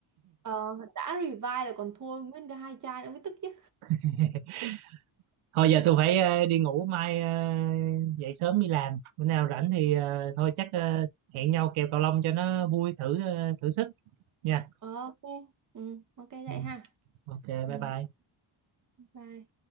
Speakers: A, on the right (about 40°); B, on the right (about 80°).
A: ờ, đã revive là còn thua nguyên cái hai chai nữa mới tức chứ
B: <laughs> thôi giờ tôi phải ờ, đi ngủ mai ờ, dậy sớm đi làm bữa nào rảnh thì ờ, thôi chắc ờ, hẹn nhau kèo cầu lông cho nó vui thử ờ, thử sức nha
A: Ờ, ok ừ, ok vậy
B: ừ.
A: ha
B: ok
A: ừ,
B: bye bye
A: bye